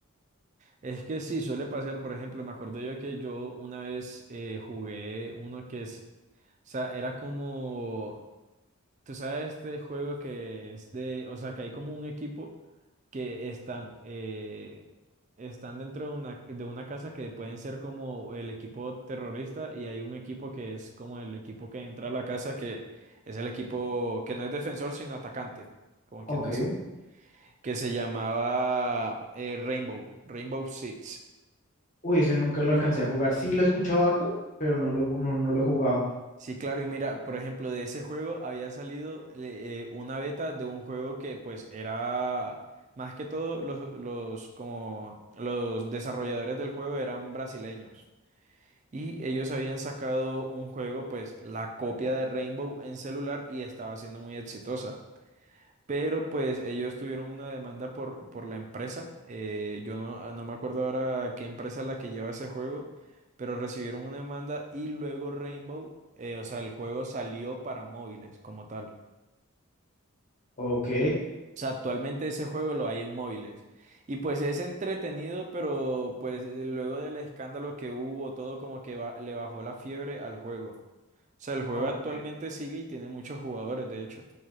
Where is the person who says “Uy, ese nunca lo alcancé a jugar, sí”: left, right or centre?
Left